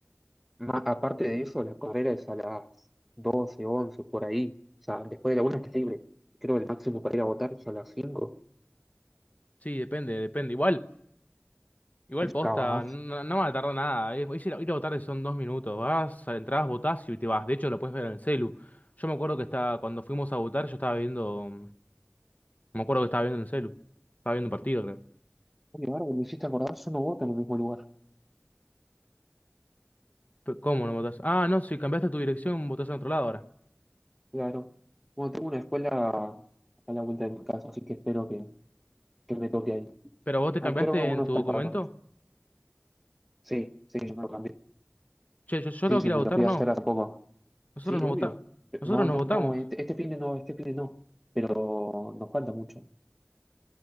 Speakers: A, in the centre; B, on the left.
A: Ma- aparte de eso, la carrera es a las 12 11 por ahí. O sea, después de la una estás libre. Creo que el máximo para ir a votar es a las cinco
B: Sí, depende, depende. Igual, igual
A: Es
B: posta,
A: un cabazo.
B: no, no va a tardar nada. Es- es Ir a, ir a votar son dos minutos. Vas, entras, votás y te vas. De hecho, lo puedes ver en el celu. Yo me acuerdo que estaba, cuando fuimos a votar, yo estaba viendo. Me acuerdo que estaba viendo en el celu. Estaba viendo un partido, creo.
A: Uy, ahora que me hiciste acordar, yo no voto en el mismo lugar.
B: Pero, ¿Cómo no votás? Ah, no, si cambiaste tu dirección, votás en otro lado ahora.
A: Claro. Bueno, tengo una escuela a la vuelta de mi casa, así que espero que, que me toque ahí.
B: ¿Pero vos te
A: ¿A
B: cambiaste
A: qué hora uno
B: en tu
A: está
B: documento?
A: el padrón? Sí, sí, yo me lo cambié.
B: Che, yo, yo
A: Sí,
B: tengo
A: sí,
B: que ir
A: me
B: a votar,
A: lo fui
B: no.
A: a hacer hace poco.
B: Nosotros
A: Sí,
B: nos
A: obvio.
B: vota- nosotros
A: No,
B: nos
A: no,
B: votamos.
A: no, este, este fin de no, este fin de no. Pero nos falta mucho.